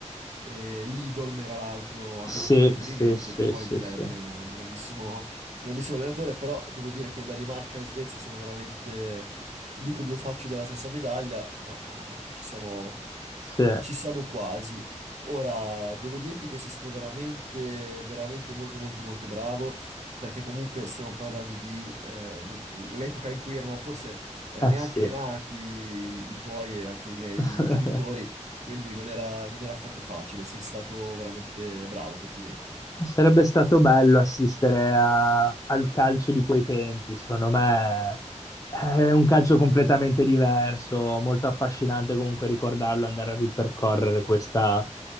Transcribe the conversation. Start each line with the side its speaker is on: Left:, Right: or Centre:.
Right: E Lidolm era l'altro
Left: Sì,
Right: a cui facevo riferimento,
Left: sì, sì,
Right: che poi
Left: sì,
Right: divenne
Left: sì.
Right: un grandissimo, un grandissimo allenatore, però devo dire che Danimarca e Svezia sono veramente, non dico due facce della stessa medaglia, ma ah, ci siamo,
Left: Sì, eh
Right: ci siamo quasi. Ora, devo dirti che sei stato veramente, veramente molto, molto, molto bravo, perché comunque stiamo parlando di eh, non- l'epoca in cui erano forse eh, neanche
Left: sì.
Right: nati i tuoi e anche i miei
Left: <laughs>
Right: genitori, quindi non era, non era affatto facile. Sei stato veramente bravo, complimenti.
Left: Sarebbe stato bello assistere a- al calcio di quei tempi, secondo me è un calcio completamente diverso, molto affascinante comunque ricordarlo, andare a ripercorrere questa-